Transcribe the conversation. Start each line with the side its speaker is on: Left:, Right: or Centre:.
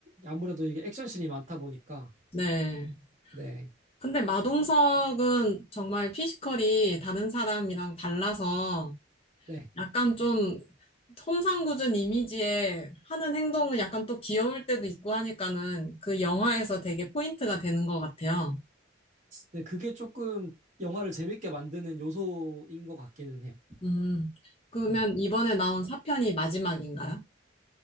Right: 아무래도 이게 액션씬이 많다 보니까,
Left: 네.
Right: 네,
Left: 근데 마동석은 정말 피지컬이 다른 사람이랑 달라서
Right: 네.
Left: 약간 좀 험상궂은 이미지에 하는 행동은 약간 또 귀여울 때도 있고 하니까는 그 영화에서 되게 포인트가 되는 것 같아요.
Right: 네, 그게 조금 영화를 재밌게 만드는 요소인 것 같기는 해요.
Left: 음. 그러면
Right: 네.
Left: 이번에 나온 4편이 마지막인가요?